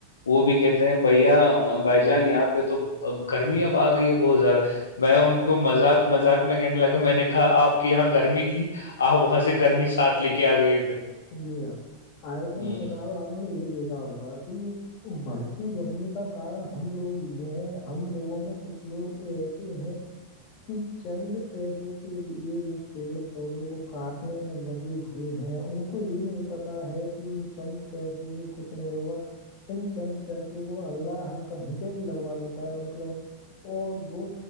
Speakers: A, on the left (about 70°); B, on the left (about 45°).
A: وہ بھی کہتے ہیں بھیا بھائی جان یہاں پہ تو گرمی اب آ گئی ہے بہت زیادہ میں ان کو مذاق مذاق میں کہنے لگا میں نے کہا آپ کی یہاں گرمی تھی آ وہاں سے گرمی ساتھ لے کے آ گئی ادھر
B: جی ہاں آئے دن
A: ہوں
B: جناب آپ نے یہ دیکھا ہوگا کہ یہ بڑھتی گرمی کا کن ہم لوگ یہ ہم لوگوں میں کچھ لوگ تو ایسے ہیں کہ چند پیس کے لیے وہ پیڑ پودوں کو کاٹنے میں لگے ہوئے ہیں ان کو یہ نہیں پتا ہے کہ چند پیسوں سے کچھ نہیں ہوگا ان چند پیسوں کو اللہ کہیں پہ بھی لگوا دیتا ہے ان کیوں اور وہ